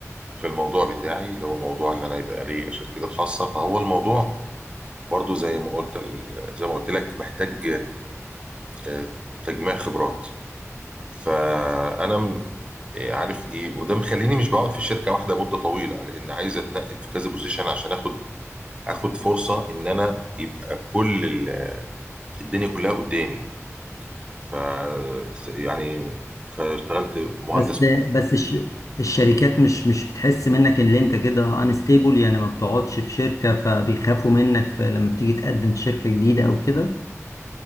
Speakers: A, on the right (about 20°); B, on the left (about 80°).
A: في الموضوع بتاعي اللي هو موضوع ان انا يبقى لي شركتي الخاصه فهو الموضوع برضو زي ما قلت زي ما قلت لك محتاج آه، تجميع خبرات فانا إيه عارف ايه وده مخليني مش بقعد في شركه واحده مده طويله لان عايز اتنقل في كذا بوزيشن عشان اخد اخد فرصه ان انا يبقى كل ال- الدنيا كلها قدامي ف يعني فاشتغلت مهندس
B: بس بس الش... الشركات مش مش بتحس منك ان انت كده انستيبل يعني ما بتقعدش في شركة فبيخافوا منك في لما بتيجي تقدم في شركة جديدة او كده